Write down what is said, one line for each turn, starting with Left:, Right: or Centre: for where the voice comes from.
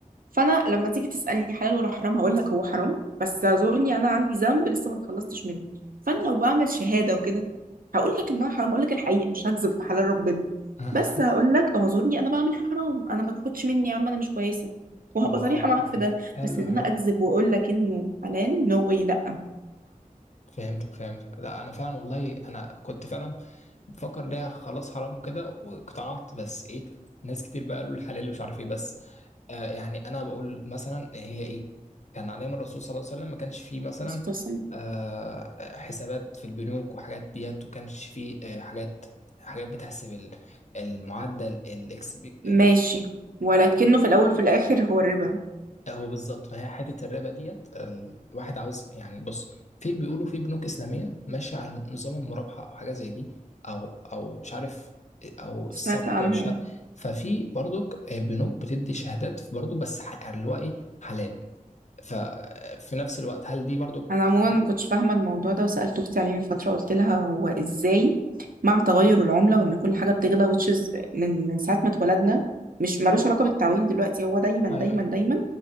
Right: فأنا لما تيجي تسألني حلال ولا حرام هقول لك هو حرام بس اعذرني أنا عندي ذنب لسه ما اتخلصتش منه فأنا لو بعمل شهادة وكده هقول لك إنها حرام أقول لك الحقيقة مش هكذب في حلال ربنا
Left: <laughs>
Right: بس هقول لك اعذرني أنا بعمل حرام أنا ما تاخدش مني يا عم أنا مش كويسة وهبقى
Left: اه
Right: صريحة
Left: اه
Right: معاك
Left: تمام
Right: في ده
Left: حلو
Right: بس إن
Left: حلو
Right: أنا أكذب وأقول لك إنه حلال نو no واي لأ
Left: فهمتك فهمتك لا انا فعلا والله انا كنت فعلا بفكر ليه خلاص حرام كده واقتنعت بس ايه ناس كتير بقى قالوا الحلال مش عارف ايه بس آه يعني انا بقول مثلا هي ايه كان عليها من الرسول صلى الله عليه وسلم ما كانش فيه مثلا
Right: يا
Left: آه حسابات في البنوك وحاجات ديت وكانش فيه آه حاجات حاجات بتحسب ال- المعدل الاكس بي
Right: ماشي
Left: الاكس
Right: ولكنه في الأول وفي الآخر هو الربا
Left: آه، هو بالظبط فهي حته الربا ديت الواحد عاوز يعني بص في بيقولوا في بنوك اسلاميه ماشيه على نظام المرابحه او حاجه زي دي او او مش عارف او
Right: سمعت
Left: السبق
Right: عنهم
Left: أو مش عارف ففي برضك بنوك بتدي شهادات برضه بس ح- يعني اللي هو ايه حلال ففي نفس الوقت هل دي برضك
Right: أنا عموما
Left: حلال؟
Right: ما كنتش فاهمة الموضوع ده وسألت أختي عليه من فترة قلت لها هو إزاي مع تغير العملة وإن كل حاجة بتغلى which is من من ساعة ما اتولدنا مش ملوش علاقة بالتعويم دلوقتي هو دايما
Left: ايوه
Right: دايما
Left: ايوه
Right: دايما